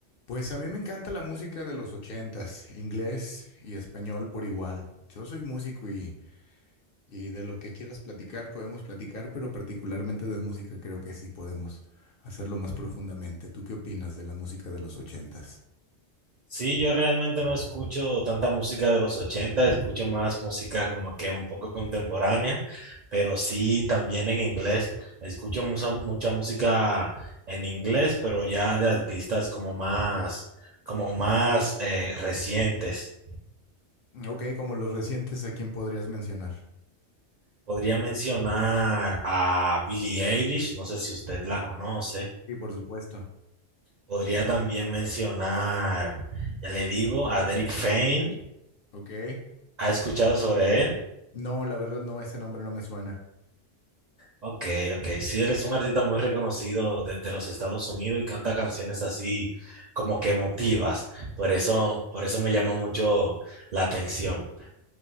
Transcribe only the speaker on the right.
Sí, yo realmente no escucho tanta música de los 80. escucho más música como que un poco contemporánea, pero sí también en inglés. Escucho mucha, mucha música en inglés, pero ya de artistas como más, como más eh, recientes.
Podría mencionar a Billie Eilish, no sé si usted la conoce.
Podría también mencionar, ya le digo, a Derek Fain.
¿Ha escuchado sobre él?
Ok, ok. Sí, él es un artista muy reconocido de, de los Estados Unidos y canta canciones así como que emotivas. Por eso, por eso me llama mucho la atención.